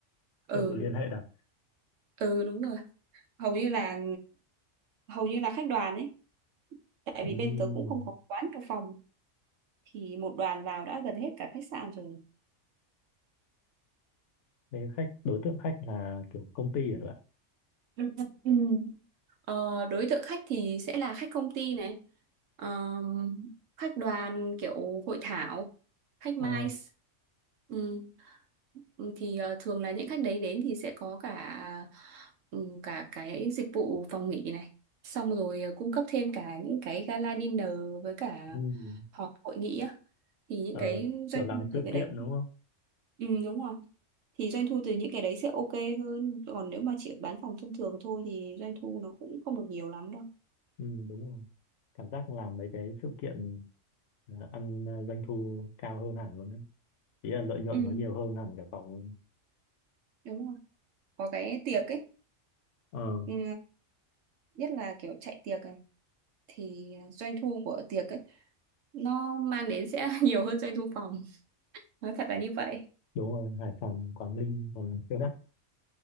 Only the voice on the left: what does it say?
tự liên Ừ. hệ đặt
Ừm,
thế khách đối tượng khách là kiểu công ty hả bạn
ờ
ừm,
ờ,
kiểu làm
sự
kiện
đúng không
ừ, đúng rồi cảm giác làm mấy cái sự kiện ờ, ăn ờ, doanh thu cao hơn hẳn luôn đấy ý là lợi nhuận
nó nhiều hơn hẳn cả phòng luôn.
ờ
đúng rồi Hải Phòng Quảng Ninh còn là siêu đắt